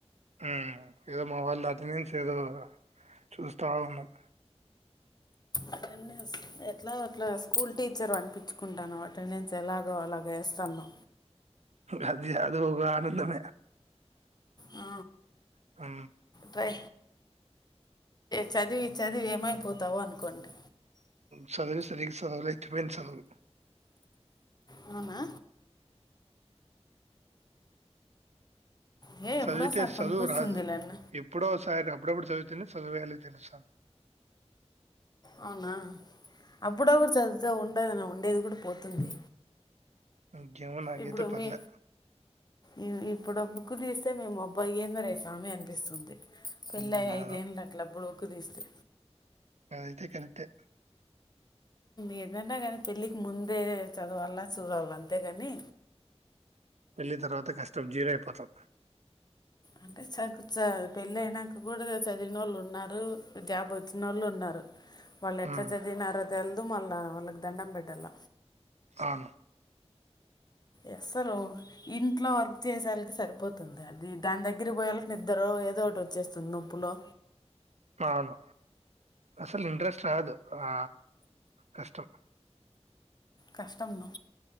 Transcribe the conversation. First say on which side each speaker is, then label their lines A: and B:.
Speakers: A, on the right; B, on the left.
A: ఉమ్ ఏదో మా వాళ్ళు అటి నుంచి ఏదో చూస్తా ఉన్నాం
B: అటెండెన్స్ ఎట్లా అట్లా స్కూల్ టీచర్ అనిపించుకుంటాను అటెండెన్స్ ఎలాగో అలాగ వేస్తాను
A: గధ అదగా ఆనందమ
B: ఆ
A: అ
B: టై చదివి చదివి ఏమైపోతావో అనుకోండి
A: చదువి సరి చలవులు అయితుపోయింది చలవు
B: అవునా ఏ
A: చదివితే
B: ఎప్పుడోసారి
A: చదువు
B: పనికొస్తుంది
A: రాదు
B: లేన్న
A: ఎప్పుడోసారి అప్పుడప్పుడు చదువు సదువేల తెలుసా
B: అవునా అప్పుడప్పుడు చదివుతే ఉండద ఉండేది కూడా పోతుంది
A: ముకేమో నాగేతే
B: ఇప్పుడు
A: పర్లే
B: మీ ఇ- ఇప్పుడు బుక్కు తీస్తే మేము అబ్బాై ఏందరేయా సామీ అనిపిస్తుంది పెళ్లి
A: ఇప్పుడు
B: అయి
A: నా
B: ఐదేంలక్లప్పుడు <unintelligible> తీస్తే
A: అ అయితే కరెక్ట్ ఎ
B: ఏదన్నా కాని పెళ్ళికి ముందే చదవాలా చూడాలా అంతే కాని
A: పెళ్ళిన తర్వాత కష్టం జీరో అయిపోతాం
B: అంటే చదువు చ పెళ్ళి అయినాక కూడా చదివిన ఒళ్ళు ఉన్నారు జాబ్ వచ్చిన ఒళ్ళు ఉన్నారు వాళ్ళు ఎట్లా
A: ఉమ్,
B: చదివినారో తెల్దు మళ్ళా వాళ్ళకి దండం పెట్టాల
A: అవును
B: ఎ సలు ఇంట్లో వర్క్ చేసేళ్కి సరిపోతుంది అది దాని దగ్గర పోయేళ్కి నిద్ద్ర ఏదో ఒకటి వచ్చేస్తుంది నొప్పులో
A: అవును అసలు ఇంట్రెస్ట్ రాదు ఆ కష్టం
B: కష్టంను